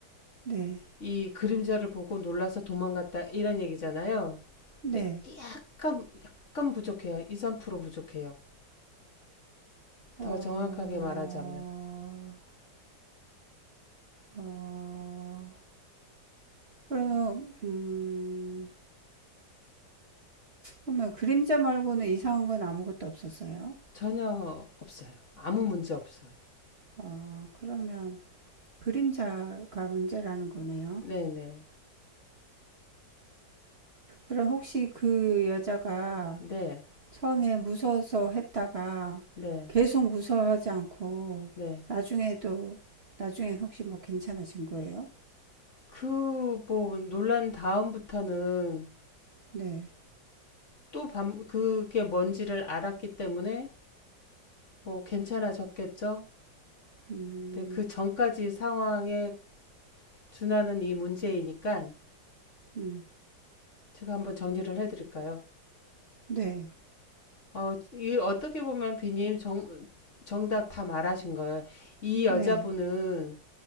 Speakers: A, on the right; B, on the left.
A: 네,
B: 이 그림자를 보고 놀라서 도망갔다 이런 얘기잖아요.
A: 네.
B: 근데 약간 약간 부족해요. 2, 3% 부족해요.
A: 어,
B: 더 정확하게 말하자면.
A: 어, 그러면, 음, 그러면 그림자 말고는 이상한 건 아무것도 없었어요.
B: 전혀 없어요. 아무 문제 없어요.
A: 어, 그러면 그림자가 문제라는 거네요.
B: 네네.
A: 그럼 혹시 그 여자가
B: 네. 네.
A: 처음에 무서워서 했다가
B: 네.
A: 계속 무서워하지 않고
B: 네.
A: 나중에도 나중엔 혹시 뭐 괜찮아진 거예요?
B: 그 뭐 논란 다음부터는
A: 네.
B: 또 밤, 그게 뭔지를 알았기 때문에 뭐 괜찮아졌겠죠.
A: 음.
B: 근데 그 전까지 상황에 준하는 이 문제이니까
A: 음.
B: 제가 한번 정리를 해드릴까요?
A: 네.
B: 어, 이 어떻게 보면 비님 정, 정답 다 말하신 거예요. 이 여자분은
A: 네.